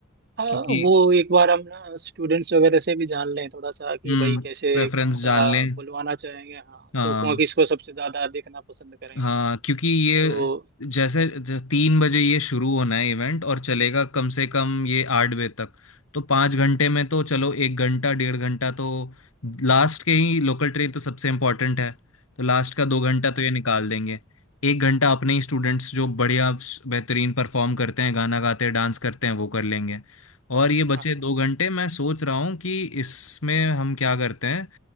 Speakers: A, on the right (about 45°); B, on the left (about 85°).
A: हाँ
B: क्योंकि
A: वो एक बार हम ना स्टूडेंट्स वगैरह से भी जान लें थोड़ा सा कि
B: हम्म
A: भाई कैसे
B: प्रेफरेंस
A: कौन सा
B: जान लें
A: बुलवाना चाहेंगे हाँ
B: हाँ
A: तो कौन किसको सबसे ज्यादा देखना पसंद करेंगे
B: हाँ क्योंकि ये
A: तो
B: जैसे ज- तीन बजे ये शुरू होना है इवेंट और चलेगा कम से कम ये आठ बजे तक तो पाँच घंटे में तो चलो एक घंटा डेढ़ घंटा तो लास्ट के ही लोकल ट्रेन तो सबसे इम्पोर्टेंट है तो लास्ट का दो घंटा
A: हाँ
B: तो ये निकाल देंगे एक घंटा अपने ही स्टूडेंट्स जो बढ़िया स- बेहतरीन परफॉर्म करते हैं गाना गाते हैं डांस करते हैं वो कर लेंगे और ये बचे
A: हाँ
B: दो घंटे मैं सोच रहा हूँ कि इसमें हम क्या करते हैं